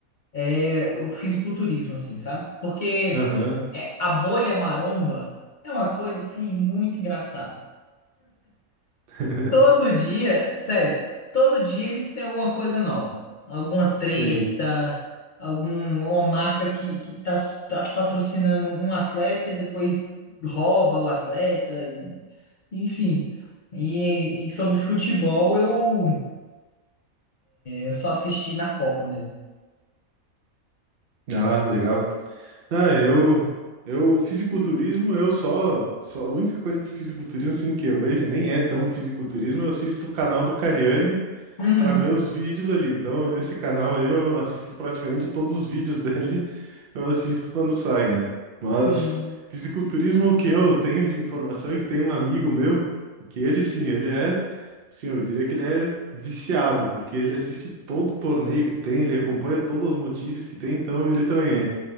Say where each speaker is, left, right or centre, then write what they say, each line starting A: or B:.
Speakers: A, on the left; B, on the right.
A: é o fisiculturismo, assim, sabe? Porque
B: Aham,
A: é, a bolha maromba é uma coisa assim muito engraçada.
B: <laughs>
A: Todo dia, sério, todo dia eles têm alguma coisa nova. Alguma treta,
B: sim.
A: alguma marca que, que tá, tá patrocinando um atleta e depois rouba o atleta, e- enfim. E, e sobre futebol, eu, eu só assisti na Copa mesmo.
B: Ah, legal. Ah, eu, eu, fisiculturismo, eu só, só, a única coisa de fisiculturismo, assim, que eu vejo, nem é tão fisiculturismo, eu assisto o canal do Cariani,
A: Uhum,
B: para ver os vídeos ali. Então, esse canal aí eu assisto praticamente todos os vídeos <laughs> dele, eu assisto quando sai, né? Mas
A: sim,
B: fisiculturismo, é o que eu tenho de informação é que tem um amigo meu que ele sim, ele é, sim, eu diria que ele é viciado, porque ele assiste todo o torneio que tem, ele acompanha todas as notícias que tem, então ele também é.